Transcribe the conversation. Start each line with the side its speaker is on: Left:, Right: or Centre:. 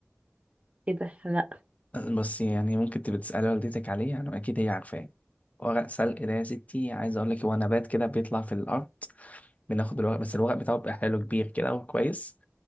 Right: ايه ده لا
Left: بس يعني ممكن تبقى تسألي والدتك عليه يعني أكيد هي عارفاه ورق سلق ده يا ستي عايز أقول لك هو نبات كده بيطلع في الأرض بناخد الورق بس الورق بتاعه بيبقى حلو كبير كده وكويس